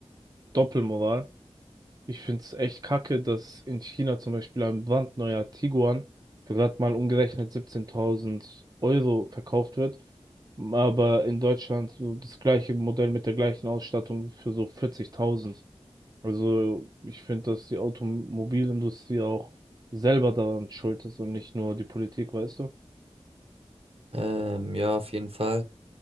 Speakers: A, on the right; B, on the right.
A: Doppelmoral. Ich finde es echt kacke, dass in China zum Beispiel ein brandneuer Tiguan für gerade mal umgerechnet 17.000 Euro verkauft wird, aber in Deutschland so das gleiche Modell mit der gleichen Ausstattung für so 40.000. Also ich finde, dass die Automobilindustrie auch selber daran schuld ist und nicht nur die Politik, weißt du?
B: Ähm, ja, auf jeden Fall.